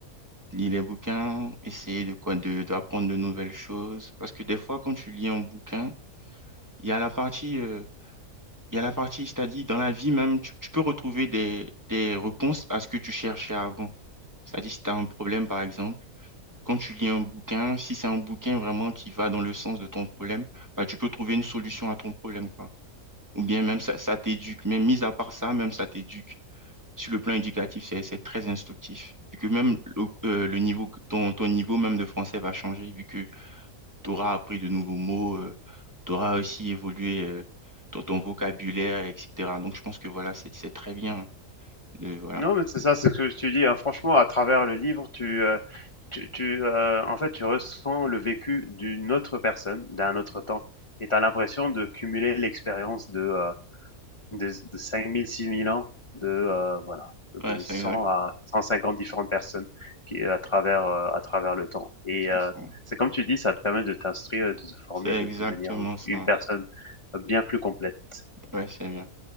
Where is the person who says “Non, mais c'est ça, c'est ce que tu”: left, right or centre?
Left